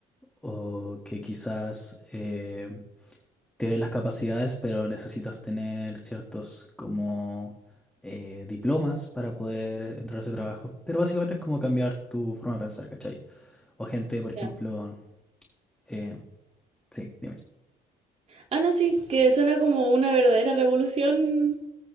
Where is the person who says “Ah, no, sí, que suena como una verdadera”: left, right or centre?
Right